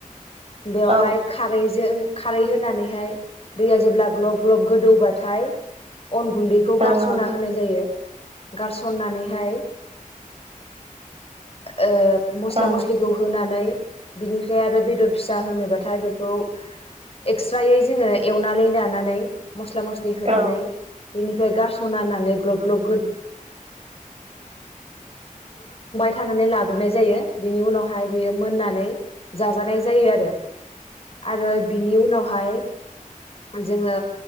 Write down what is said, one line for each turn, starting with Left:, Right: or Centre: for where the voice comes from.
Left: बेवहाय
Right: औ ओं
Left: खारैजों खारै होनानैहाय दैया जेब्ला ग्लब ग्लब गोदौबाथाय अन गुन्दैखौ
Right: ओं
Left: गारस'ना होनाय जायो गारसननानैहाय ओ मस्ला
Right: ओं औ
Left: मस्लिखौ होनानै बिनिफ्राय आरो बेदर फिसा होनोबाथाय बेखौ एक्सट्रायै जोङो एवनानै लानानै मस्ला मस्लि होनानै
Right: औ
Left: बेनिफ्राय गारस'नानानै ग्लब ग्लब थानानै लाग्रोनाय जायो बेनि उनावहाय बेयो मोननानै जाजानाय जायो आरो आरो बिनि उनाव बेहाय जोङो